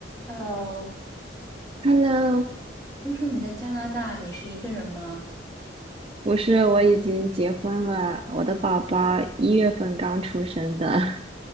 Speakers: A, on the left (about 20°); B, on the right (about 30°).
A: Hello，
B: Hello，
A: 听说你在加拿大，你是一个人吗？
B: 不是，我已经结婚了，我的宝宝一月份刚出生的。<laughs>